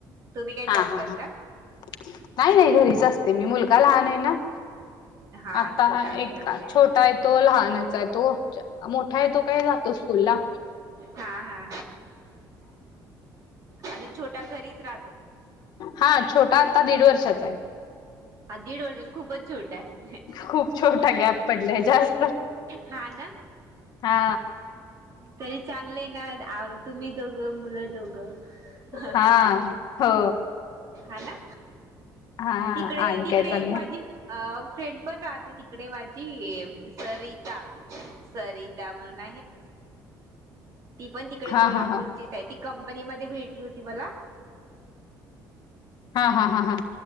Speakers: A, on the right; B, on the left.
A: तुम्ही काय
B: हा
A: जॉब
B: ह
A: करता?
B: नाही नाही घरीच असते मी मुलगा लहान आहे ना
A: हा
B: आता
A: छोटा असल्यामुळे
B: एक छोटा तो लहानच आहे तो मोठा आहे तो काय जातो स्कूल ला
A: हा हा आणि छोट्या घरीच राहतो
B: हा छोटा आता दीड वर्षाचा आहे
A: हा दीड वर्षाच खूपच छोट आहे
B: खूप छोटा गॅप पडलाय जास्त
A: हा ना
B: हा
A: तरी चांगलं ना तुम्ही दोघं मुलं दोघं ह
B: हा हो
A: आला
B: हा
A: तिकडे
B: आणि
A: तिकडे
B: काय चाललंय
A: एक माझी अ फ्रेंड पण राहते तिकडे माझी सरिता सरिता म्हण ती पण तिकडे
B: हा
A: कोल्हापूर
B: हा हा
A: ती कंपनी मध्ये भेटली होती मला
B: हा हा हा हा